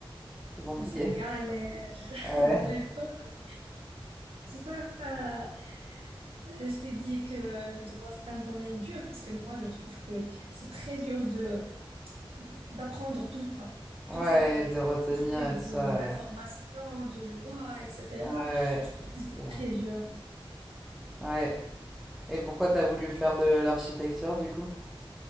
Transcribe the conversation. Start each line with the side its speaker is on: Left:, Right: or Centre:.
Centre: c'est compliqué.
Right: mais c'est la galère, <laughs>
Centre: Ouais,
Right: galère totale. C'est ça, euh, je t'ai dit que le droit, c'est un domaine dur parce que moi, je trouve que c'est très dur de d'apprendre tout ça,
Centre: ouais,
Right: toute cette
Centre: de retenir
Right: quantité de-
Centre: et tout ça,
Right: d'informations,
Centre: ouais.
Right: de lois, etc.
Centre: Ouais,
Right: Je trouve
Centre: c'est
Right: que c'est
Centre: vrai.
Right: très dur.
Centre: Ouais. Et pourquoi t'as voulu faire de l'architecture, du coup?